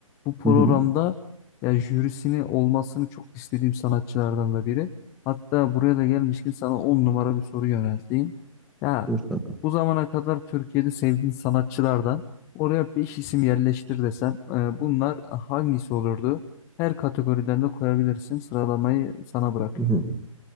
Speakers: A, on the left; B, in the centre.
A: Bu programda
B: Hı hı.
A: ya jürisini olmasını çok istediğim sanatçılardan da biri. Hatta buraya da gelmişken sana 10 numara bir soru yönelteyim. Ya
B: Buyur kankam.
A: bu zamana kadar Türkiye'de sevdiğin sanatçılardan oraya 5 isim yerleştir desem e, bunlar hangisi olurdu? Her kategoriden de koyabilirsin. Sıralamayı sana bırakıyorum.
B: Hı hı.